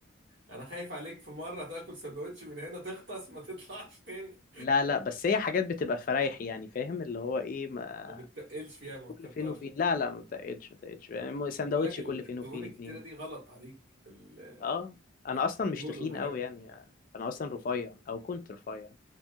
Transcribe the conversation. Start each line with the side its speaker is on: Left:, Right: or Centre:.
Right: انا خايف عليك في مره تاكل سندوتش من هنا تغطس ما تطلعش تاني
Left: لا لا بس هي حاجات بتبقى فرايح يعني فاهم اللي هو ايه ما
Right: ما بتتقلش فيها ما
Left: كل
Right: تكترش
Left: فين وفين لا لا ما بتقلش ما بتقلش يعني سندوتش
Right: خد بالك ال-
Left: كل
Right: الدهون
Left: فين وفين
Right: الكتيرة
Left: اتنين
Right: دي غلط عليك الكوليسترول
Left: اه انا اصلا مش
Right: والحاجات
Left: تخين قوي
Right: دي
Left: يعني انا اصلا رفيع او كنت رفيع